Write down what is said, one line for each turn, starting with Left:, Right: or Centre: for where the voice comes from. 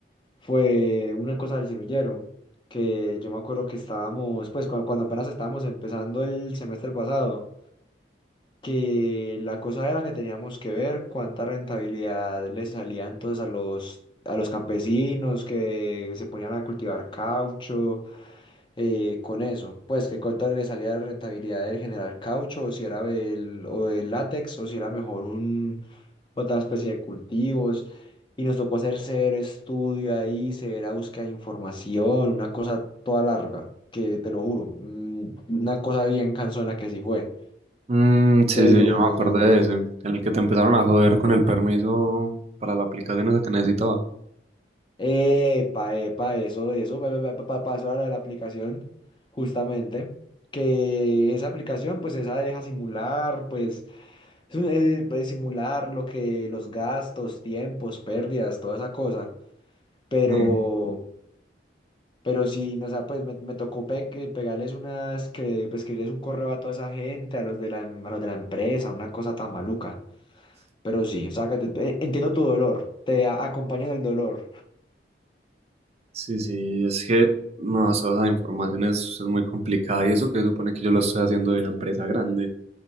Left: fue una cosa del semillero, que yo me acuerdo que estábamos, pues cuando, cuando apenas estábamos empezando el semestre pasado, que la cosa era que teníamos que ver cuánta rentabilidad le salía entonces a los, a los campesinos que se ponían a cultivar caucho eh, con eso. Pues que cuánto le salía de rentabilidad del generar caucho, o si era del, o del látex, o si era mejor un, otra especie de cultivos. Y nos tocó hacer severo estudio ahí, severa búsqueda de información, una cosa toda larga, que te lo juro, mm, una cosa bien cansona que sí fue.
Right: Mm, sí,
Left: Pero,
Right: sí, ya me acordé de ese, en el que te empezaron a joder con el permiso para la aplicación esa que necesitaba.
Left: epa, epa, eso, eso, pa, pa, pa, pa- pasó a la de la aplicación, justamente, que esa aplicación, pues esa deja simular, pues Es un- eh, pues, simular lo que los gastos, tiempos, pérdidas, toda esa cosa. Pero,
Right: Mm,
Left: pero sí, no, o sea, pues me, me tocó pe- que pegarles unas, que, pues, escribirles un correo a toda esa gente, a los de la, em- a los de la empresa, una cosa tan maluca. Pero sí, o sea, que te- te- entiendo tu dolor, te a- acompaño en el dolor.
Right: Sí, sí, es que no, eso, esa información es, es muy complicada y eso que se supone que yo lo estoy haciendo de una empresa grande,